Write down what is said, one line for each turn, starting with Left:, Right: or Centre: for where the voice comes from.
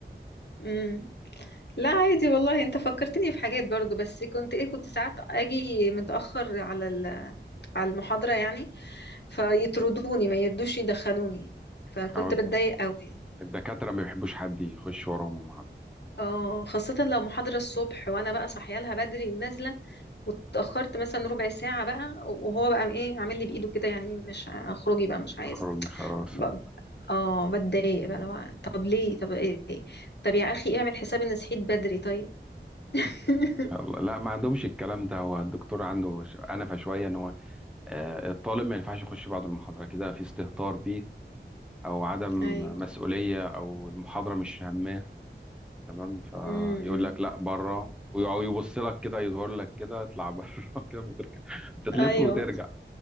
Left: مم. لا عادي والله انت فكرتني في حاجات برضو بس كنت ايه كنت ساعات اجي متأخر على ال- على المحاضرة يعني فيطردوني ما يردوش يدخلوني فكنت
Centre: أو
Left: بتضايق قوي
Centre: الدكاتره ما بيحبوش حد يخش وراهم المحاضره
Left: اه خاصة لو محاضرة الصبح وانا بقى صاحيه لها بدري ونازلة واتأخرت مثلا ربع ساعة بقى وهو بقى ايه عامل لي بإيده كده يعني مش اخرجي بقى مش عايز
Centre: اخروني خلاص
Left: ب-
Centre: آه.
Left: اه بتضايق بقى لو طب ليه طب ايه طب يا اخي اعمل حساب ان صحيت بدري طيب <laughs>
Centre: يلا لا ما عندهمش الكلام ده هو الدكتور عنده ش- انفه شويه ان هو آه، الطالب ما ينفعش يخش بعد المحاضره كده في استهتار بيه او عدم
Left: ايوه
Centre: مسؤوليه او المحاضره مش هامه تمام فيقول
Left: امم
Centre: لك لا بره او يبص لك كده يظهر لك كده اطلع بره <laughs> كده وترجع انت تلف
Left: ايوه
Centre: وترجع